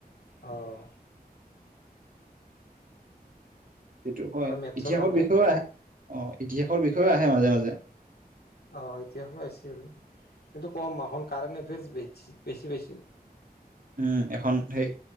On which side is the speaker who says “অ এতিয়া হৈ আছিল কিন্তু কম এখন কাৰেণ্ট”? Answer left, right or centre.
Left